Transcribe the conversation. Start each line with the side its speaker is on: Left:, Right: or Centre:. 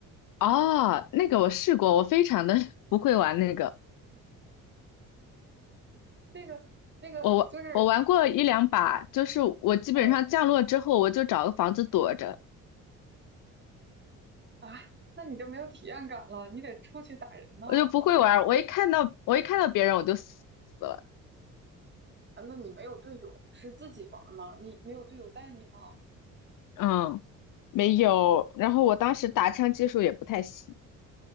Left: 哦，那个我试过，我非常的 <laughs> 不会玩那个。
Right: 那个那个就是
Left: 我玩我玩过一两把，就是我基本上降落之后，
Right: 呃。
Left: 我就找个房子躲着，
Right: 啊，那你就没有体验感了，你得出去打人呐。
Left: 我就不会玩。我一看到我一看到别人我就死了。
Right: 啊，那你没有队友，是自己玩儿吗？你没有队友带你吗？
Left: 嗯，没有。然后我当时打枪技术也不太行。